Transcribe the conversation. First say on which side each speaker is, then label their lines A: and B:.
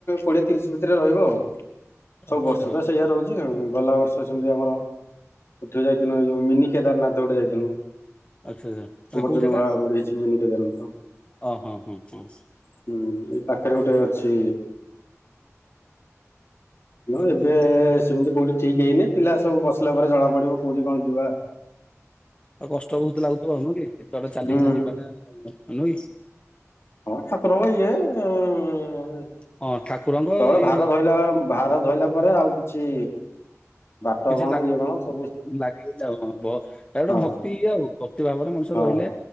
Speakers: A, on the left; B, on the left.
A: କୋଡିଏ ତିରିଶ ଭିତରେ ରହିବ ଆଉ। ସବୁ
B: ଆଚ୍ଛା
A: ବର୍ଷ ତ ସେଇଆ ରହୁଛି ଗଲା ବର୍ଷ ସେମିତି ଆମର। ଏଠୁ ଯାଇଥିନୁ ଏ ଯୋଉ ମିନି କେଦାରନାଥ ଗୋଟେ ଯାଇଥିଲୁ।
B: ଆଚ୍ଛା ଆଚ୍ଛା ଏଟା
A: ଆମର
B: କୋଉ
A: ଯୋଉ
B: ଜାଗା
A: ନୂଆ ଗୋଟେ ହେଇଛି ମିନି କେଦାରନାଥ।
B: ଅ ହଁ ହଁ ହଁ
A: ହୁଁ ଏଇ ପାଖରେ ଗୋଟେ ଅଛି। ଉଁ
B: ଆଚ୍ଛା
A: ଏବେ ସେମିତି କୋଉଠି ଠିକ୍ ହେଇନି ପିଲା ସବୁ ବସିଲା ପରେ ଜଣା ପଡିବ କୋଉଠି କଣ ଯିବା।
B: ଆଉ କଷ୍ଟ ବହୁତ ଲାଗୁଥିବ ନୁହଁ କି ଏତେବେଟେ ଚାଲିକିନା
A: ହୁଁ ହୁଁ।
B: ଯିବା ଟା ନୁହ କି।
A: ହଁ ଠାକୁର ଙ୍କ ଇଏ ଉଁ
B: ହଁ ଠାକୁରଙ୍କ
A: ତଳ
B: ଇଏ
A: ଭାର ଧଇଲା। ଭାର ଧଇଲା ପରେ ଆଉ କିଛି। କଷ୍ଟ
B: କିଛି
A: କଣ
B: ଲାଗୁ
A: ଇଏ କଣ ସ
B: ଲାଗିବନି ଆଉ କଁ ଭ‌ ଆଉ
A: ହଁ
B: ଗୋଟେ ଭକ୍ତି ଇଏ ଆଉ ଭକ୍ତି ଭାବରେ ମଣିଷ
A: ହଁ।
B: ରହିଲେ।